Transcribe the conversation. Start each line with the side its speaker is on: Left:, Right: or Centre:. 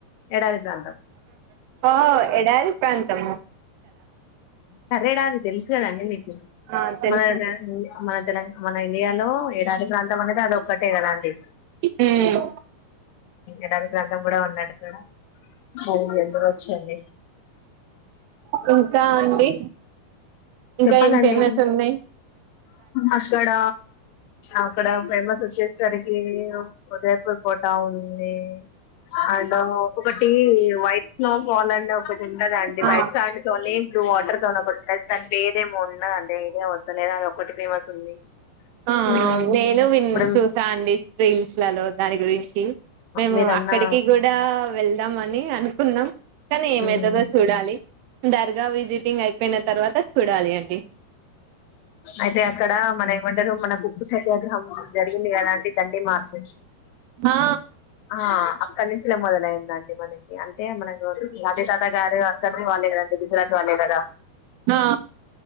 Left: ఎడారి ప్రాంతం
Right: ఓ ఎడారి ప్రాంతము
Left: సరేడాది తెలుసు కదండీ మీకు
Right: ఆ తెలుసండి
Left: మన మన తెలం మన ఇండియాలో ఏడారీ ప్రాంతం అనేది అది ఒక్కటే కదా అండి
Right: మ్మ్
Left: ఎడారి ప్రాంత తం కూడా ఉన్నాడు ఇక్కడ మరి ఎందుకు వచ్చింది
Right: ఇంకా అండి ఇంకా
Left: చెప్పాలండి
Right: ఏం ఫేమస్ ఉన్నయి
Left: అక్కడ అక్కడ ఫేమస్ వచ్చేసరికి జయపూర్ కోట ఉంది అండ్ ఒకటి వైట్ స్నో ఫాల్ అనే ఒకటి ఉంటదండి
Right: ఆ
Left: వైట్ సాండ్ తోని బ్లూ వాటర్ తోనీ దానీ పేరు ఏమి వున్నదండి ఐడియా వస్తలే అది ఒకటి ఫేమస్ ఉంది
Right: ఆ
Left: ఉమ్
Right: నేను విన్
Left: ఇప్పుడు
Right: చూసా అండి రీల్ లో దాని గురించి మేము
Left: మీరన్నా
Right: అక్కడికి కూడా వెళ్దామని అనుకున్నాం కానీ ఏమైతదో
Left: ఉమ్
Right: చూడాలి దర్గా విజిటింగ్ అయిపోయిన తర్వాత చూడాలి అండి
Left: అయితే అక్కడ మన ఏమంటారు మన బొగ్గు స వియాగ్రహం జరిగింది కదా అండి దాన్ని మార్చే
Right: ఆ
Left: ఆ అక్కడ నుంచిలే మొదలైందండి మనకి అ అ మన గాంధీ తాత గారు అక్కడ వాళ్ళే కదండి గుజరాత్ వాళ్ళే కదా
Right: ఆ